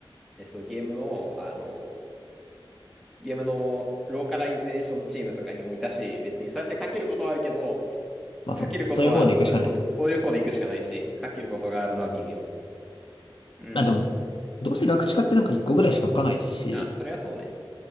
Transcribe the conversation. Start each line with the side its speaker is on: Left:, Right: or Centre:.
Centre: え、そう、ゲームの、あの、ゲームのローカライゼーションチームとかにもいたし、別にそうやってかけることはあるけど、
Left: まあそうね。
Centre: かけることは、
Left: そういう方で行くしかない。
Centre: そうそう、そういう方で行くしかないし、かけることがあるのは微妙。うん。
Left: あ、でも、どうせ学知化ってなんか1個ぐらいしか書かないし、
Centre: まあ、そりゃそうね。